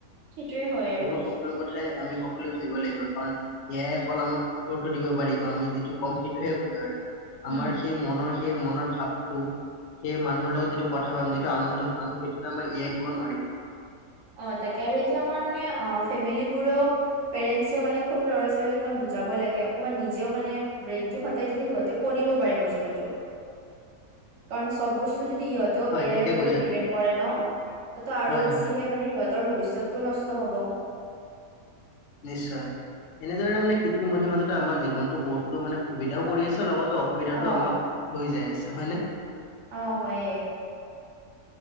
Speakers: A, on the right; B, on the left.
A: সেইটোৱে হয় আৰু
B: সেইবোৰ সকলো কথাই আমি সকলোৱেও ভাবিব লাগিব কাৰণ এ আই অকল আমাক উত্তৰটো দিব পাৰিব আমি যিটো কম সেইটোহে কৰিব আৰু আমাৰ
A: উম।
B: সেই মনৰ সেই মনৰ ভাৱটো সেই মানুহৰ লগত যিটো কথা পাম যিটো আনন্দ পাম সেইটো আমাৰ এয়াই দিব নোৱাৰিব
A: অ তাকে আৰু এতিয়া আমাৰ মানে অ ফেমিলী বোৰেও পেৰেন্টও মানে সৰু ল'ৰা ছোৱালী অকণমান বুজাব লাগে অকণমান নিজেও মানে ব্ৰেইনটো সদায় যদি সিহঁতে কৰিব পাৰে বস্তুটো কাৰণ চব বস্তু যদি ইহঁত ত
B: হয়
A: এ আইৰ
B: ঠিকে
A: ওপৰত
B: কৈছা
A: ডিপেণ্ড
B: তুমি
A: কৰে ন ত তো আৰু
B: হয়
A: বেছিহে
B: হয়
A: মানে সিহঁতৰ ভৱিষ্যতটো নষ্ট হ'ব
B: নিশ্চয় এনেদৰে মানে কৃত্ৰিম মধ্য মাজতে আমাৰ জীৱনটো বহুতো মানে সুবিধাও কৰি আছে লগতে অসুবিধাটো
A: অ
B: আমাক লৈ যায় আছে হয় নে?
A: অ', হয়ে।